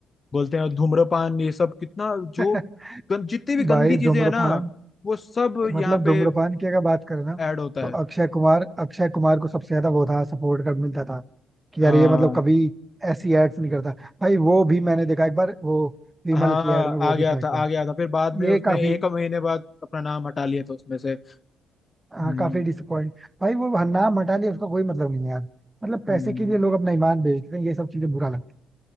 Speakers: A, on the left; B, on the right.
A: बोलते हैं और धूम्रपान ये सब कितना जो
B: हैं <laughs>
A: गन, जितनी भी गंदी
B: भाई
A: चीजें
B: धूम्रपान
A: हैं ना वो सब
B: मतलब
A: यहाँ पे
B: धूम्रपान की अगर बात करें ना
A: ऐड होता
B: तो
A: है
B: अक्षय कुमार अक्षय कुमार को सबसे ज्यादा वो था सपोर्ट कर मिलता था कि
A: हाँ
B: यार ये मतलब कभी ऐसी एड्स नहीं करता भाई वो भी मैंने देखा एक बार वो विमल
A: हाँ
B: की एड में वो
A: आ
B: भी
A: गया
B: था एक
A: था
B: बार
A: आ गया था फिर बाद में
B: ये
A: उसने
B: काफी
A: एक महीने बाद अपना नाम हटा लिया था उसमें से हम्म
B: हाँ, काफी डिसअपॉइंट भाई वो नाम हटा लिया उसका कोई मतलब नहीं है यार मतलब पैसे
A: हम्म,
B: के लिए लोग अपना ईमान बेच देते हैं ये सब चीजें बुरा लगता